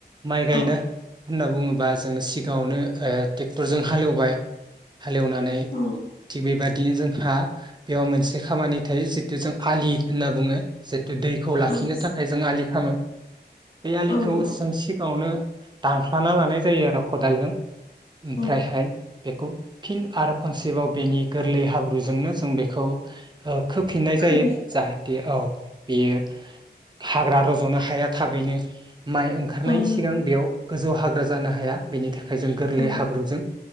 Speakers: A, on the right (about 25°); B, on the left (about 60°).
A: माइ गायनो
B: औ
A: होनना बुङोबा जों सिगाङावनो ट्रेक्टरजों हालेवबाय। हालेवनानै
B: औ
A: थिग बेबा दिनो जोंहा बेयाव मोनसे खामानि थायो जिथु जों आलि होनना बुङो। दैखौ लाखिनो
B: औ
A: थाखाय जों आलि खामो। बे आलिखौ
B: औ नंगौ
A: जों सिगाङावनो दानख्लाना लानाय जायो आरो खदालजों। ओमफ्रायहाय
B: औ
A: बेखौ फिन आरो खनसेबाव बेनि गोरलै हाब्रुजोंनो जों बेखौ खोफिननाय
B: खोना
A: जायो। जाहाथे औ बियो हाग्रा रज'नो हाया थाबैनो। माइ ओंखारनायनि
B: औ
A: सिगां
B: नंगौ
A: बेयाव गोजौ हा ग्रा जानो हाया बेनि था खाय जों गोरलै
B: औ
A: हाब्रुजों